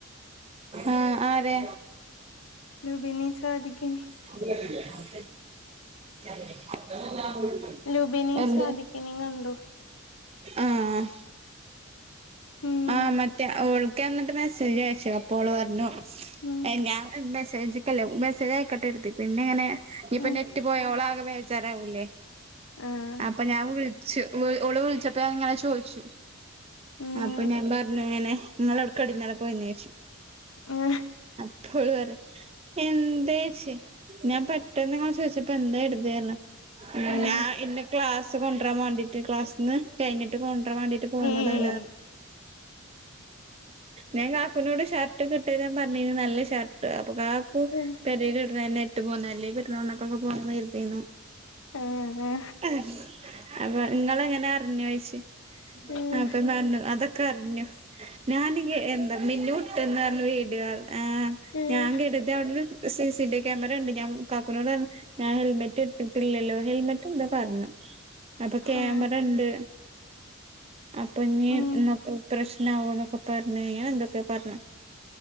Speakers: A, on the right; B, on the left.
A: ആഹ ആരെ
B: റുബീനേം സാധിക്കിനയും
A: ഉ <inaudible> <inaudible>
B: ലുബിനേം,
A: എന്ത്
B: സാധിക്കിനേയും കണ്ടോ
A: ആഹ്
B: ഉം
A: ആ മറ്റേ അവൾ എന്നിട്ട് മെസ്സേജ് അയച്ചു. അപ്പോൾ ഓള് പറഞ്ഞു.
B: ഉം
A: ഞാൻ മെസ്സേജല്ലേ. മെസ്സേജ് ആയക്കട്ടേന്ന് എടുത്ത്. പിന്നെ ഞാന് ഇങ്ങനെ ഇപ്പൊ
B: ഉം
A: കുട്ടി പോയ ഓള് ആകെ വേജാറാവൂലേ.
B: ആഹ്
A: അപ്പൊ ഞാൻ വി ഓള് വിളിച്ചപ്പോ ഞാനങ്ങനെ ചോദിച്ചു.
B: ഉം
A: അപ്പൊ ഞാൻ പറഞ്ഞു അങ്ങനെ നിങ്ങളൊട്കാടി ഇന്നലെ പോയോന്ന് ചോദിച്ച്.
B: ആഹ്
A: അപ്പോള് പറഞ്ഞു എന്തേച്ച ഞാൻ പെട്ടെന്ന് ങ്ങനെ ഇത് ഇപ്പ എന്താ എടുക്കേരണ
B: ഉം
A: ഞാൻ ഇന്ന് ക്ലാസ് കൊണ്ടരാൻ വേണ്ടിട്ട് ക്ലാസ്ന്ന് കഴിഞ്ഞിട്ട് ട്ട് കൊണ്ട്വരാൻ വേണ്ടിട്ട് പോന്നതാണ്.
B: ഏഹ്
A: ഞാൻ കാക്കുനോട് ഷർട്ട് ഇട്ട് വരാൻ പറഞ്ഞിത് നല്ല ഷർട്ട് അപ്പ കാക്കും
B: ഉം
A: പെരേലിടണ തന്നെ ഇട്ട് പോന്നല്ലേ പെരുനാളിനൊക്കെ ഒന്ന് പോകാന്ന് കരുതിരുന്നു
B: ആഹ്
A: ആഹ് അപ്പൊ നിങ്ങള് എങ്ങന അറിഞ്ഞ്യ്ച്ച്
B: ഉം
A: ആപ്പ പറഞ്ഞു അതൊക്കെ അറിഞ്ഞു ഞാനി കെ എന്താ മിന്നു ട്ട്ന്ന് പറഞ് വീടുകാര് ആഹ്
B: ഉം
A: ഞാൻ കേട്ടുതി അവിടുന്ന് C C T V camera ഉണ്ട് ഞാൻ കാക്കുനോട് പറഞ്ഞു ഞാൻ ഹെൽമെറ്റ് ഇട്ടില്ലല്ലോ ഹെൽമെറ്റ് എന്തോ പറഞ്ഞു അപ്പൊ ക്യാമറ
B: ആഹ്
A: ഉണ്ട് അപ്പൊ ഞ്ഞി
B: ഉം
A: ഇന്നോക്കെ പ്രശ്നാകുവോ എന്നൊക്കെ പറഞ്ഞ് ഞാൻ എന്തൊക്കെ പറഞ്ഞു